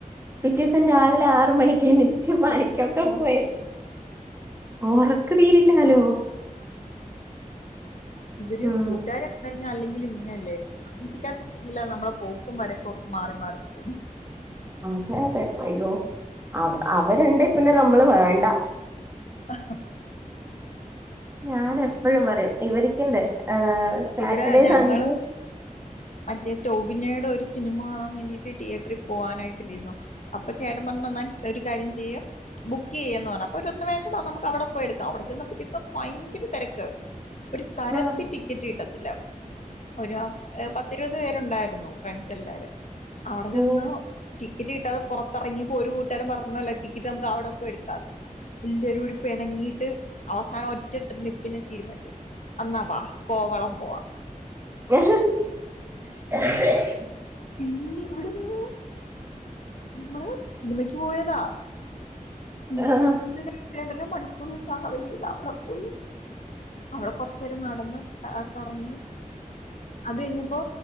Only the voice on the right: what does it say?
പിറ്റേസം രാവിലെ ആറ് മണിക്കെണീ റ്റ് പണിക്കൊക്കെ പോയത് ഒറക്ക് തീരെല്ലാലോ
ഉം
അതെ അതെ അയ്യോ അവ അവര്ണ്ടെ പിന്നെ നമ്മള് വേണ്ട
ഞാനെപ്പഴും പറയും ഇവരിക്ക്ണ്ട് എ സാറ്റർഡേ
സൺഡേ
ആഹ്
ഉം
ഏ
ആഹ്